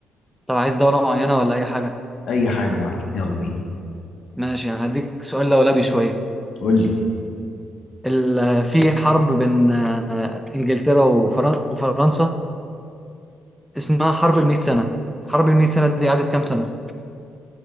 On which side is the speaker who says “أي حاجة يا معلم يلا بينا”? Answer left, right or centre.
Left